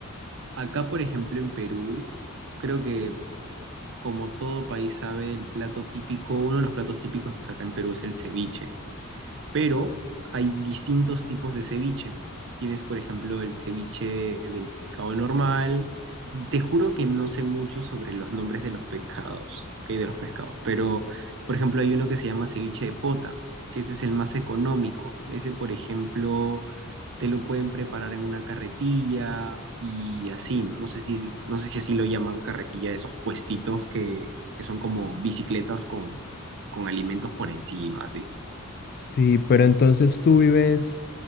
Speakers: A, on the right; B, on the left.
A: acá por ejemplo en Perú, creo que como todo país sabe, el plato típico, uno de los platos típicos acá en Perú es el ceviche pero hay distintos tipos de ceviche. Tienes, por ejemplo, el ceviche del pescado normal. Te juro que no sé mucho sobre los nombres de los pescados, ¿ok? De los pescados, pero, por ejemplo, hay uno que se llama ceviche de pota, que ese es el más económico. Ese, por ejemplo, te lo pueden preparar en una carretilla y así, ¿no? No sé si, no sé si así lo llaman carretilla, esos puestitos que, que son como bicicletas con, con alimentos por encima, así.
B: Sí, pero entonces tú vives